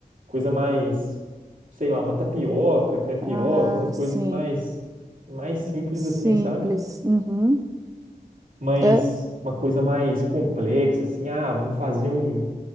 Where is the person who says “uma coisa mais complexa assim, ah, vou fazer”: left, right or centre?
Right